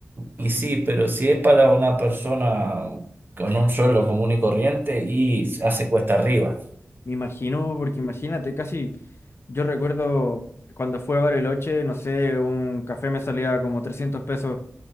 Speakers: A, on the right (about 40°); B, on the left (about 50°).
A: Y sí, pero si es para una persona con un sueldo común y corriente, y hace cuesta arriba.
B: Me imagino, porque imagínate, casi yo recuerdo cuando fui a Bariloche, no sé, un café me salía como trescientos pesos